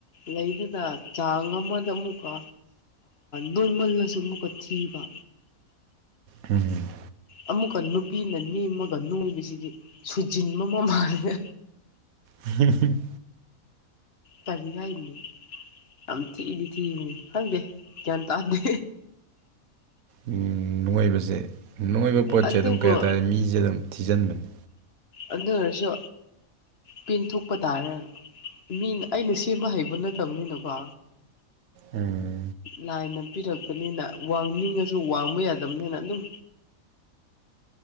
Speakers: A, on the left; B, on the right.
A: ꯂꯩꯗꯅ ꯆꯥꯡ ꯑꯃꯗ ꯑꯃꯨꯛꯀ ꯅꯣꯔꯃꯜꯂꯁꯨ ꯑꯃꯨꯛꯀ ꯊꯤꯕ
B: ꯍꯝ
A: ꯑꯃꯨꯛꯀ ꯅꯨꯄꯤꯅ ꯅꯤꯃꯒ ꯅꯣꯡꯕꯁꯤꯗꯤ ꯁꯨꯖꯤꯟꯕ ꯑꯃ ꯃꯥꯜꯂꯦ
B: ꯍꯝ <unintelligible>
A: ꯀꯥꯔꯤ ꯍꯥꯏꯅꯤ ꯌꯥꯝ ꯊꯤꯗꯤ ꯊꯤꯚꯅꯤ ꯈꯪꯗꯦ ꯒ꯭ꯌꯥꯟ ꯇꯥꯗꯦ
B: ꯎꯝ ꯅꯣꯏꯕꯁꯦ ꯅꯣꯏꯕ ꯄꯣꯠꯁꯦ
A: ꯑꯗꯨꯕꯨ
B: ꯑꯗꯨꯝ ꯀꯩ ꯍꯥꯏꯇꯥꯔꯦ ꯃꯤꯁꯦ ꯑꯗꯨꯝ ꯊꯤꯖꯤꯟꯕꯅꯤ
A: ꯑꯗꯨ ꯑꯣꯏꯔꯁꯨ ꯄꯤꯟꯊꯣꯛꯄ ꯇꯥꯔꯦ ꯃꯤ ꯑꯩꯅ ꯁꯦꯝꯕ ꯍꯩꯕ ꯅꯠꯇꯕꯅꯤꯅꯀꯣ
B: ꯎꯝ
A: ꯂꯥꯏꯅ ꯄꯤꯔꯛꯄꯅꯤꯅ ꯋꯥꯡꯅꯤꯡꯉꯁꯨ ꯋꯥꯡꯕ ꯌꯥꯗꯕꯅꯤꯅ ꯑꯗꯨꯝ